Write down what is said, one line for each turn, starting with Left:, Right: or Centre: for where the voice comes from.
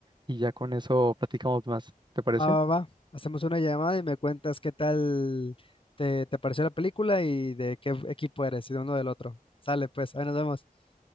Right: y ya con eso platicamos más? ¿Te parece?
Left: Va, va, va. Hacemos una llamada y me cuentas qué tal te, te pareció la película y de qué equipo eres y de uno del otro. Sale, pues, ahí nos vemos.